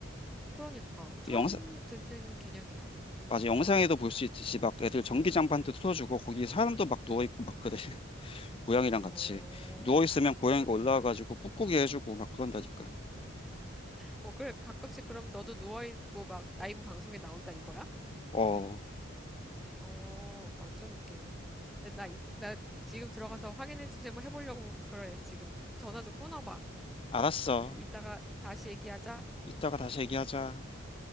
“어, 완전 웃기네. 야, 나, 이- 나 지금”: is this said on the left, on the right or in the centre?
Centre